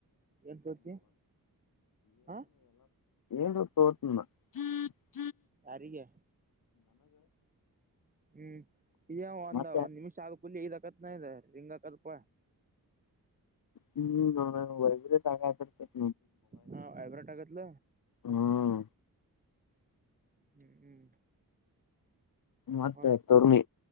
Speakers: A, on the right; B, on the left.
A: ಎನ್ಂತೋತಿ ಹ <inaudible>
B: ಏನು ತೋತನ್ನ <inaudible>
A: ಯಾರಿಗೆ ಹ್ಮ್ ಇದೇ ಒಂದ
B: ಮತ್ತೆ
A: ಒಂದ್ ನಿಮಿಷ ಆದ ಕಲ್ಲಿ ಹಕ ರ ರೀಂಗಕಲ್ಪ
B: ಹ್ಮ್ ನ ವೈಬ್ರೇಟ್ ಅಗಕಟೈಥಿ
A: ಹಾ ವೈಬ್ರೇಟ್ ಅಗಕತ್ಲ
B: ಹ್ಮ್
A: ಹ್ಮ್ ಹ್ಮ್
B: ಮತ್ತೆ
A: ಮತ್
B: ತಣಿ